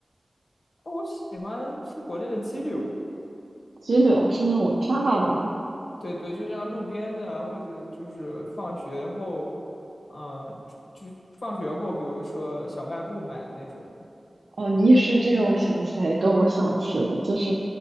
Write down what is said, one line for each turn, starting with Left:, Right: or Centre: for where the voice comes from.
Left: 我喜欢吃国内的鸡柳，
Right: 鸡柳是那种炸的吗？
Left: 对对，就像路边的啊，或者就是放学后，嗯，就是放学后，比如说小卖部买的那种，
Right: 哦，你一说这个，我想起来一个我想吃的，就是